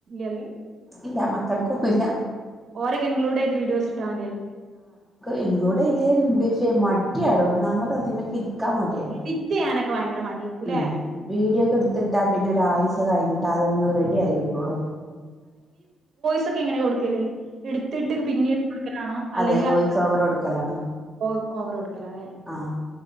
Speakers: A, on the right; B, in the centre.
A: ഇല്ല
B: ഇല്ല മക്കൾക്കൊന്നുംല്ല
A: ഒരു ഇൻക്ലൂഡ് ചെയ്ത് വീഡിയോസ് ഇടാൻ
B: എന്നോട് ചെയ്യാറുണ്ട് മടി അന്ന്
A: എഡിറ്റ് ചെയ്യാനൊക്കെ ഭയങ്കര മടിയേക്കൂല്ലേ
B: <unintelligible> മം വീഡിയോ ഓക എടുത്ത് ഇട്ട പിന്നെ ഒരാഴ്ച കഴിഞ്ഞിട്ടാ അതൊന്ന് റെഡി ആയി കിട്ടോള്ളു.
A: <unintelligible> ക്കെങ്ങനെ കൊടുക്കല്ലേ. ഇടുത്തിട്ട് പിന്നീട് കൊടുക്കലാണോ അല്ലെങ്കിൽ
B: അതെ
A: <unintelligible>
B: വോയിസ് ഓവർ കൊടുക്കലാണ്
A: ലലെ
B: ആഹ്